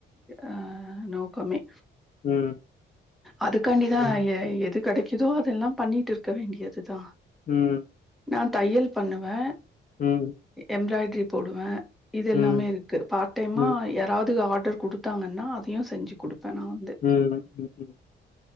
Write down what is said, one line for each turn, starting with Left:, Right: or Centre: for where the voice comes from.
Centre: ஆ நோக்கமே
Left: ம்
Centre: அதுக்காண்டிதா எ எது கெடைக்குதோ அதெல்லா பண்ணிட்டு இருக்க வேண்டியதுதா
Left: ம்
Centre: நா தையல் பண்ணுவே
Left: ம்
Centre: எம்ப்ராய்டரி போடுவே இது
Left: ம்,
Centre: எல்லாமே இருக்கு பார்ட் டைமா
Left: ம்,
Centre: எ தாவது ஆர்டர் குடுத்தாங்கன்னா அதையு செஞ்சு கொடுப்பே நா வந்து
Left: ம் ம் ம்